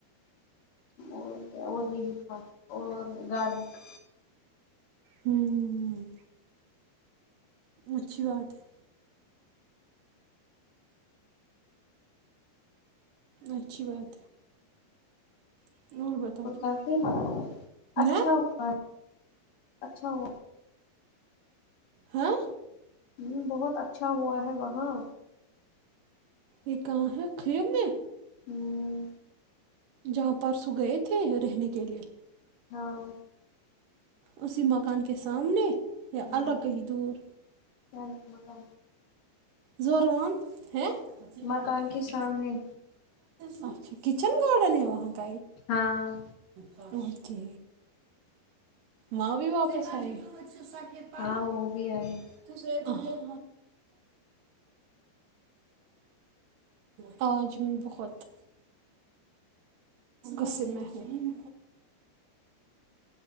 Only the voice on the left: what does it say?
اور کیا اور یہ ل تھاا اور گارلک
تو
کافی اچھا
ہوا اچھا وہ
ہ بہت اچھا ہوا ہے وہاں
ہوں
ہاں
ہوں
کیا مقم
مکان
کے سامنے
ہاں
ہاں وہ بھی آئی